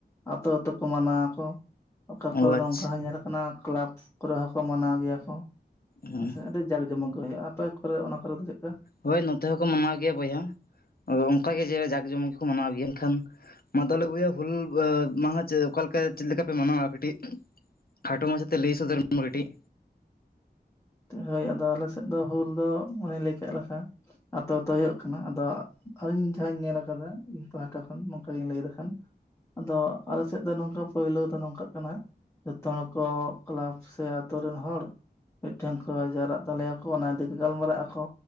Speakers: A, on the left; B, on the left.
A: ᱟᱛᱳ ᱟᱛᱳ ᱠᱚ ᱢᱟᱱᱟᱣ ᱟᱠᱚ ᱚᱠᱟ
B: ᱚ
A: ᱠᱚᱨᱮ
B: ᱟᱪᱪᱷᱟ
A: ᱫᱚ ᱚᱱᱠᱟ ᱦᱚᱸ ᱧᱮᱞ ᱠᱟᱱᱟ ᱠᱞᱟᱵᱽ ᱠᱚᱨᱮ ᱦᱚᱸᱠᱚ ᱢᱟᱱᱟᱣ ᱜᱮᱭᱟ ᱠᱚ
B: ᱦᱮᱸ
A: ᱥᱮ ᱟᱹᱰᱤ ᱡᱟᱸᱠ ᱡᱚᱢᱚᱠ ᱜᱮ ᱦᱩᱭᱩᱜᱼᱟ ᱟᱯᱮ ᱠᱚᱨᱮ ᱚᱱᱟ ᱠᱚᱨᱮ ᱫᱚ ᱪᱮᱫᱠᱟ?
B: ᱦᱳᱭ ᱱᱚᱛᱮ ᱦᱚᱸᱠᱚ ᱢᱟᱱᱟᱣ ᱜᱮᱭᱟ ᱵᱚᱭᱦᱟ ᱚᱱᱠᱟ ᱜᱮ ᱡᱮ ᱡᱟᱠ ᱡᱚᱢᱚᱱ ᱜᱮᱠᱚ ᱢᱟᱱᱟᱣ ᱜᱮᱭᱟ᱾ ᱮᱱᱠᱷᱟᱱ ᱢᱟ ᱛᱟᱦᱚᱞᱮ ᱦᱚᱭᱟ ᱦᱩᱞ ᱢᱟᱦᱟ ᱪᱮᱫ ᱚᱠᱟᱞᱮᱠᱟ ᱪᱮᱫ ᱞᱮᱠᱟ ᱯᱮ ᱢᱟᱱᱟᱣᱟ ᱠᱟᱹᱴᱤᱡ? ᱠᱷᱟᱴᱚ ᱢᱟᱪᱷᱟ ᱛᱮ ᱞᱟᱹᱭ ᱥᱚᱫᱚᱨ ᱢᱮ ᱠᱟᱹᱴᱤᱡ
A: ᱦᱳᱭ ᱟᱫᱚ ᱟᱞᱮ ᱥᱮᱫ ᱫᱚ ᱦᱩᱞ ᱫᱚ ᱢᱚᱱᱮ ᱞᱟᱹᱭ ᱠᱮᱫ ᱞᱮᱠᱟ ᱟᱛᱚ ᱟᱛᱚ ᱦᱩᱭᱩᱜ ᱠᱟᱱᱟ ᱟᱫᱚ ᱤᱧ ᱡᱟᱦᱟᱸᱧ ᱧᱮᱞ ᱠᱟᱫᱟ ᱤᱧ ᱯᱟᱦᱴᱟ ᱠᱷᱚᱱ ᱱᱚᱝᱠᱟ ᱜᱮᱧ ᱞᱟᱹᱭ ᱞᱮᱠᱷᱟᱱ ᱟᱫᱚ ᱟᱞᱮ ᱥᱮᱫ ᱫᱚ ᱱᱚᱝᱠᱟ ᱯᱳᱭᱞᱳ ᱫᱚ ᱱᱚᱝᱠᱟᱜ ᱠᱟᱱᱟ ᱡᱚᱛᱚ ᱦᱚᱲ ᱠᱚ ᱠᱮᱞᱟᱵᱽ ᱥᱮ ᱟᱛᱳ ᱨᱮᱱ ᱦᱚᱲ ᱢᱤᱫᱴᱮᱱ ᱠᱚ ᱡᱟᱣᱨᱟᱜ ᱛᱟᱞᱮᱭᱟᱠᱚ ᱚᱱᱟ ᱤᱫᱤ ᱜᱟᱞᱢᱟᱨᱟᱜ ᱟᱠᱚ